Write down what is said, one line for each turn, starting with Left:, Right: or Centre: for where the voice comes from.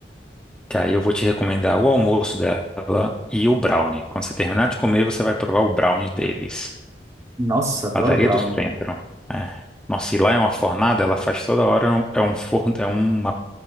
Centre: que aí eu vou te recomendar o almoço dela e o brownie. Quando você terminar de comer, você vai provar o brownie deles.
Right: Nossa, adoro
Centre: Padaria
Right: brownie.
Centre: do centro. É. Nossa, e lá é uma fornada, ela faz toda hora, um- é um forno, é uma